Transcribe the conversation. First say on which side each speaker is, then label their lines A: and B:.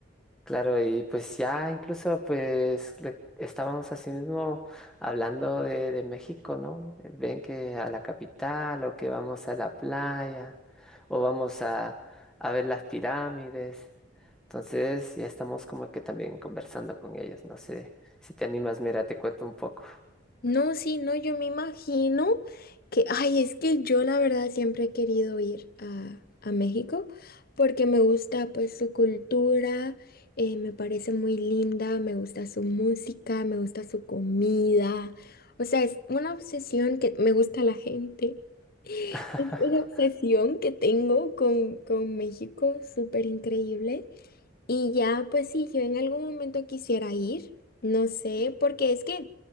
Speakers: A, in the centre; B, on the left (about 50°).
A: Claro, y pues ya incluso pues le- estábamos así mismo hablando de, de México, ¿no? Ven que a la capital o que vamos a la playa o vamos a, a ver las pirámides. Entonces ya estamos como que también conversando con ellos. No sé, si te animas, mira, te cuento un poco.
B: No, sí, no, yo me imagino que, ay, es que yo la verdad siempre he querido ir a, a México porque me gusta pues su cultura, eh, me parece muy linda, me gusta su música, me gusta su comida, o sea, es una obsesión que me gusta la gente,
A: <laughs>
B: es una obsesión que tengo con, con México, súper increíble. Y ya, pues si yo en algún momento quisiera ir, no sé, porque es que